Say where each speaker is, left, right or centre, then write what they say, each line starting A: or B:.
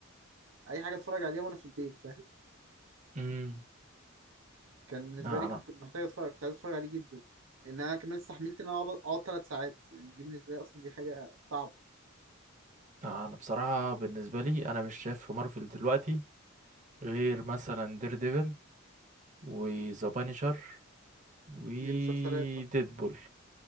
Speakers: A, on the right; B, on the right.
A: اي حاجه اتفرج عليها وانا في البيت فاهم
B: امم
A: كان بالنسبه
B: لا
A: لي
B: انا
A: كنت محتاج اتفرج كنت عايز اتفرج عليه جدا ان انا كمان استحملت ان انا اقعد ثلاث ساعات يعني دي بالنسبه لي اصلا دي حاجه صعبه
B: انا بصراحة بالنسبة لي انا مش شايف في مارفل دلوقتي غير مثلا دير ديفل وذا بانيشر وديدبول
A: دي مسلسلات